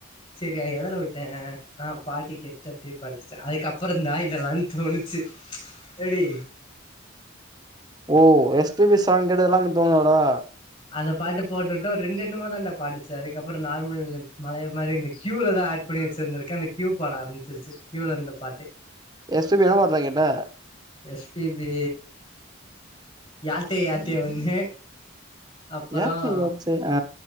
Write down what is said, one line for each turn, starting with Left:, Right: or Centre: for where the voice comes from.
Left: செரி எதுல விட்டேன் ஆ பாட்டி கேட்டு அப்டியே படிச்சிட்டே அதுக்கப்பறம் தா இதல்லாம் தோணுச்சு எப்டி
Right: ஓ எஸ் பீ பி சாங் கேட்டதல்லாம் தோணுதடா
Left: அந்த பாட்டு போட்டுட்டு ஒரு ரெண்டு என்னமோ தாண்டா பாட்டுச்சு அதுக்கப்பறம் நார்மல் பழைய மாரி இந்த கியூல தா ஆட் பண்ணி வச்சிருந்திருக்கு அந்த கியூ பாட ஆரம்பிச்சிருச்சு கியூல இருந்த பாட்டு
Right: எஸ் பி பி என்ன பாட்டுடா கேட்ட
Left: எஸ் பீ பி யாத்தே யாத்தே ஒன்னு அப்பறம்
Right: யாச்சே யாச்சே ஆ